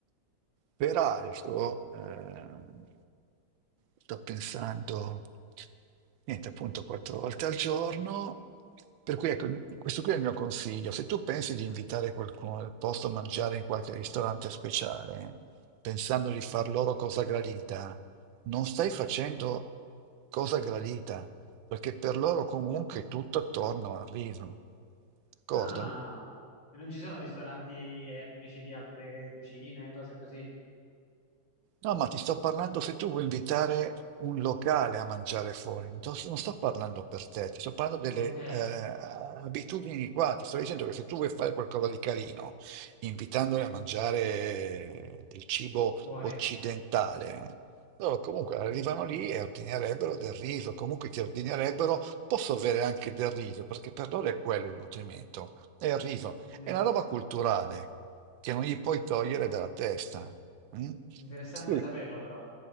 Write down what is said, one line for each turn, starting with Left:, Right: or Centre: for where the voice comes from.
Right: Peraltro, ehm, sto pensando, niente, appunto, quattro volte al giorno. Per cui, ecco, questo qui è il mio consiglio. Se tu pensi di invitare qualcuno al posto a mangiare in qualche ristorante speciale, pensando di far loro cosa gradita, non stai facendo cosa gradita perché per loro comunque è tutto attorno al riso, d'accordo?
Left: Ah, e non ci sono ristoranti etnici di altre cucine, cose così.
Right: No, ma ti sto parlando se tu vuoi invitare un locale a mangiare fuori, non sto, non sto parlando per te, ti sto parlando delle
Left: Ok,
Right: eh, abitudini di qua, ti sto dicendo che se tu vuoi fare qualcosa di carino, invitandoli a mangiare del cibo
Left: fuori.
Right: occidentale, loro comunque arrivano lì e ordinerebbero del riso, comunque ti ordinerebbero, posso avere anche del riso, perché per loro è quello il nutrimento, è il riso,
Left: Quindi
Right: è una roba culturale che non gli puoi togliere dalla testa. Mm?
Left: interessante
Right: Sì,
Left: saperlo però,